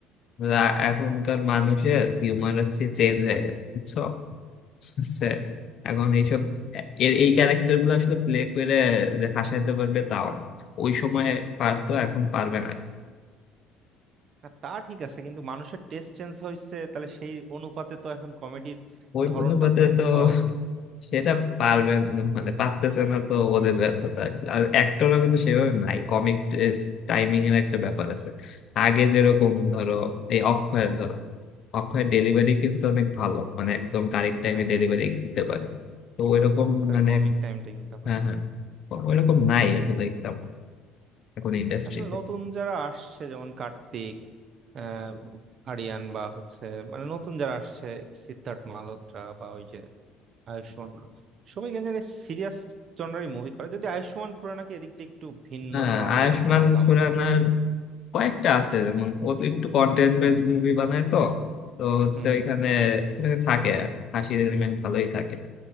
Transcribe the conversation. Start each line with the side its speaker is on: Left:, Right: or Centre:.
Left: রা- এখনকার মানুষের হিউমার হচ্ছে চেঞ্জ হয়ে গেছে বুঝছো বুঝছে? এখন এইসব এর এই ক্যারেক্টার গুলো আসলে প্লে করে যে হাসাইতে পারবে তাও না ওই সময় পারতো এখন পারবে না
Right: না, তা ঠিক আছে কিন্তু মানুষের টেস্ট চেঞ্জ হয়েছে তাহলে সেই অনুপাতে তো এখন কমেডির
Left: ওই
Right: ধরনটাও
Left: অনুপাতে
Right: চেঞ্জ
Left: তো
Right: হওয়া উচিত
Left: সেটা পারবেন মানে পারতেছে না তো ওদের ব্যর্থতা আর অ্যাক্টরও কিন্তু সেভাবে নাই কমিক টাইমিং এর একটা ব্যাপার আছে আগে যেরকম ধরো এই অক্ষয়ের ধরো অক্ষয়ের ডেলিভারি কিন্তু অনেক ভালো মানে একদম কারেক্ট টাইমে
Right: হ্যাঁ হ্যাঁ
Left: ডেলিভারি
Right: হ্যাঁ
Left: দিতে পারে তো ওইরকম
Right: ওখানে
Left: মানে
Right: কমিক টাইমটা কিন্তু ভালো
Left: হ্যাঁ হ্যাঁ ওইরকম নাই আসলে একদম এখন ইন্ডাস্ট্রিতে
Right: আসলে নতুন যারা আসছে যেমন কার্তিক আহ, আরিয়ান বা হচ্ছে মানে নতুন যারা আসছে সিদ্ধার্থ মালহোত্রা বা ওই যে আয়ুষ্মান খুরানা, সবাই কেন জানি সিরিয়াস জনারই মুভি করে যদি আয়ুষ্মান খুরানাকে এদিক দিয়ে একটু ভিন্ন
Left: হ্যাঁ
Right: ধরনের
Left: আয়ুষ্মান
Right: ইয়ে মনে হতো
Left: খুরানার
Right: আমার
Left: কয়েকটা আছে যেমন ও তো একটু কন্টেন্ট বেস মুভি বানায় তো তো হচ্ছে
Right: হম হম
Left: এখানে ওখানে থাকে হাসির এলিমেন্ট ভালোই থাকে